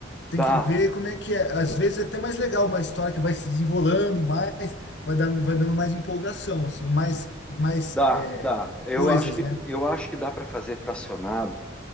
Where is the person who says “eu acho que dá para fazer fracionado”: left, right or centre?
Centre